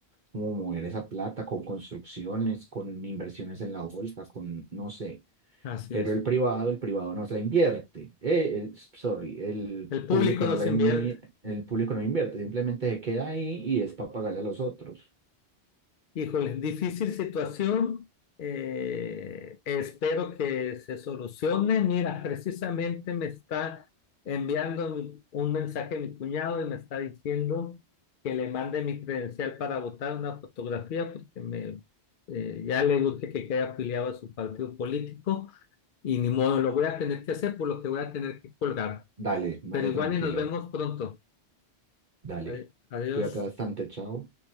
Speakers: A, on the right; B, on the left.
A: cómo mover esa plata con construcciones, con inversiones en la bolsa, con no sé.
B: Así
A: Pero
B: es.
A: el privado, el privado no se la invierte. Eh, el- sorry, el
B: El
A: público
B: público no
A: no la
B: se
A: invi-
B: invierte.
A: el público no invierte, simplemente se queda ahí y es para pagarle a los otros.
B: Híjole, difícil situación. eh, espero que se solucione. Mira, precisamente me está enviando mi- un mensaje mi cuñado y me está diciendo que le mande mi credencial para votar una fotografía porque me, eh, ya le urge que quede afiliado a su partido político y ni modo, lo voy a tener que hacer por lo que voy a tener que colgar.
A: Dale, dale
B: Pero igual
A: tranquilo,
B: y nos vemos pronto.
A: dale.
B: Ade- Adiós.
A: Cuídate bastante, chao.